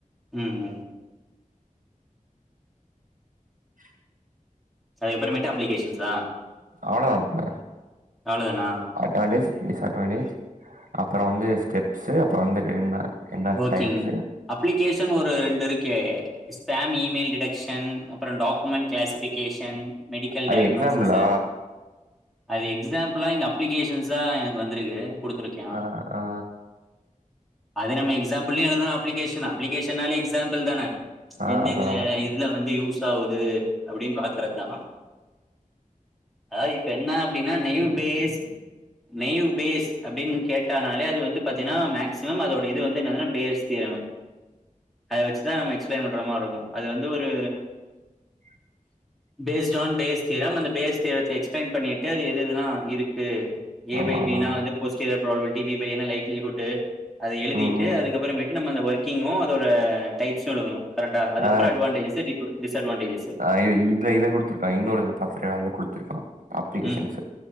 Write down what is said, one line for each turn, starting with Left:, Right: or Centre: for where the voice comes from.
Centre: ம் ம்
Right: <inaudible>
Centre: அதுக்கப்புறமேட்டு அப்ளிகேஷன் சா
Right: அவளோ அப்புல
Centre: அவ்ளோதானா
Right: அட்வான்டேஜ் டிஸ்அட்வான்டேஜ் அப்பற வந்து ஸ்டெப்ஸ்சு அப்பறோ வந்துட்டு என்ன என்ன
Centre: ஓகேங்க
Right: டைப்ஸு
Centre: அப்ளிகேஷன் ஒரு ரெண்டு இருக்கே ஸ்டம் இமெயில் டிடக்க்ஷன் அப்பறோ டாக்குமெண்ட் கிளாசிபிக் கேஷன் மெடிக்கல்
Right: அது
Centre: டைக்னோசிஸ்ஸு
Right: எக்ஸாம்பிளா?
Centre: அது எக்ஸாம்பிளா இங்க அப்ளிகேஷன்ஸா எனக்கு வந்துருக்கு குடுத்துருக்கா
Right: ஆ ஆ
Centre: அது நம்ம எக்ஸாம்பிளயு எழுதலா அப்லிகேஷன் அப்ளிகேஷனா லே எக்ஸாம்பிள் தான
Right: ஆ
Centre: எந்த
Right: அதா
Centre: இது இதுல வந்து யூஸ் ஆவுது அப்படின்னு பாக்குறதா அ இப்ப என்ன அப்படின்னா நெயுபேஸ் நெயு பேஸ் அப்படின்னு கேட்டனாலே அது வந்து பாத்தீன்னா மேக்சிமம் அதோட இது வந்து என்ன பேர்ஸ் தரியவ அத வச்சு தா நம்ம எக்ஸ்பிளைன் பண்ற மாரு இருக்கு அது வந்து ஒரு
Right: <inaudible>
Centre: பேஸ்ட்டு ஆன் பேஸ் தீயரம் அந்த பேஸ் தீயரத்த எக்ஸ்பிளைன் பண்ணிட்டு அது எதுதெல்லா இருக்கு ஏ
Right: ஆமா
Centre: பை
Right: ஆமா
Centre: பி னா
Right: ஆமா.
Centre: வந்துபோஸ்ட் ப்ராபல்லி பி பைனா லைக்லி ஹுட்டு அத எழுதிட்டு
Right: ம்.
Centre: அதுக்கப்பறோ விட்டு நம்ம அந்த ஒர்கிங்கூ அதோட டைப்சு எழுதனு கரெக்டா அது
Right: ஆ
Centre: அப்பறோ அட்வான்டேஜ்ஸு டி கோ டிஸ் அட்வான்டேஜஸ்
Right: அய்யயோ இத இத குடுத்ருக்கா இன்னொருல பாத்திர அதல குடுத்துருக்கா அப்ளிகேஷன்ஸ்ஸு
Centre: ம்